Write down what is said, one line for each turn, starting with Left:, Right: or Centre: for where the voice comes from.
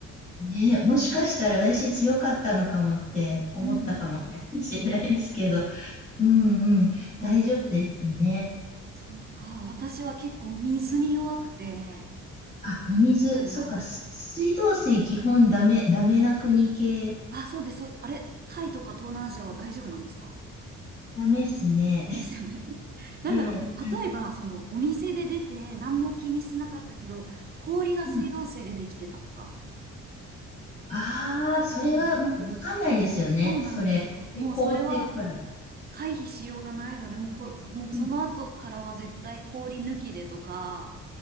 Left: ね、もしかしたら私強かったのかもって思ったかも
Right: うん
Left: <laughs> しれないですけど、うんうん、
Right: えわ
Left: 大丈夫でしたね。
Right: そうか、私は結構水に弱くて、
Left: あ、お水、
Right: だろうな。
Left: そっか、す水道水基本ダメ、ダメな国系、
Right: あ、そうです。そうあれ、タイとか東南アジアは大丈夫なんですか
Left: ダメっすね。
Right: ダメですよね。<laughs> なんだろう、
Left: うん。
Right: 例えば、その、お店で出て、何も気にしてなかったけど、氷が水道水でできてたとか。
Left: うん。ああ、それはもうわかんないですよね、
Right: おうん、そうなんですよ。
Left: それ。
Right: もうそれは
Left: 凍ってるから。
Right: 回避しようがないので、もうこ、もうその後からは絶対氷抜きでとか、
Left: うん。